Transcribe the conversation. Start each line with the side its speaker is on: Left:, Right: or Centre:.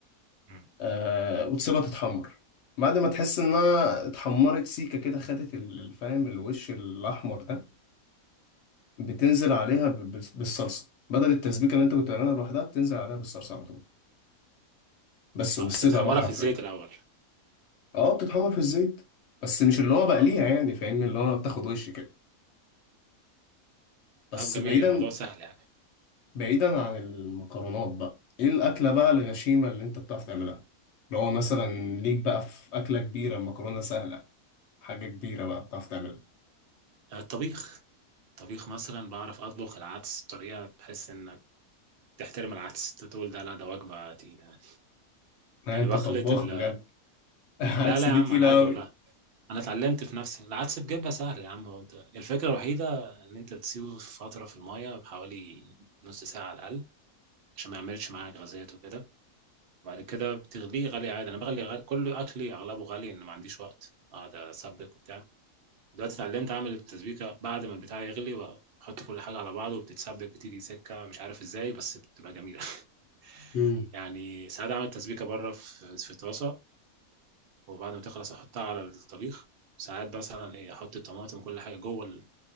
Right: مم.
Left: آه وتسيبها تتحمر بعد ما تحس انها اتحمرت سيكه كده خدت ال- الفاهم الوش الاحمر ده بتنزل عليها ب- بال- بالصلصه بدل التسبيكه اللي انت كنت بتعملها لوحدها بتنزل عليها بالصلصه على طول بس وبالسبع
Right: اه انت بتحمرها
Left: بقى حرفيا
Right: في الزيت الاول
Left: اه بتتحمر في الزيت بس مش اللي هو بقليها
Right: اه
Left: يعني فاهمني اللي هو بتاخد وش كده بس
Right: طب جميل
Left: بعيدا
Right: الموضوع سهل يعني
Left: بعيدا عن المكرونات بقى ايه الاكله بقى الغشيمه اللي انت بتعرف تعملها اللي هو مثلا ليك بقى في اكله كبيره المكرونه سهله حاجه كبيره بقى بتعرف تعملها
Right: الطبيخ الطبيخ مثلا بعرف اطبخ العدس بطريقه بحس انك تحترم العدس تقول ده لا ده وجبه تقيله يعني
Left: ها
Right: يعني
Left: انت
Right: بخلط
Left: طباخ
Right: ال...
Left: بجد <laughs> هتسلي
Right: لا لا يا عم
Left: تقيله
Right: على قد
Left: قوي
Right: والله انا اتعلمت في نفسي العدس بجبة سهل يا عم هو انت الفكره الوحيده ان انت بتسيبه فتره في الميه بحوالي نص ساعه على الاقل عشان ما يعملش معاك غازات وكده وبعد كده بتغليه غالي عادي انا بغلي غالي. كل اكلي اغلبه غالي ان ما عنديش وقت اقعد اسبك وبتاع دلوقتي اتعلمت اعمل التسبيكه بعد ما البتاع يغلي بحط كل حاجه على بعضه وبتتسبك بتيجي سكه مش عارف ازاي بس بتبقى جميله
Left: امم
Right: <laughs> يعني ساعات اعمل تسبيكه بره في في طاسه وبعد ما تخلص احطها على الطبيخ ساعات مثلا ايه احط الطماطم وكل حاجه جوه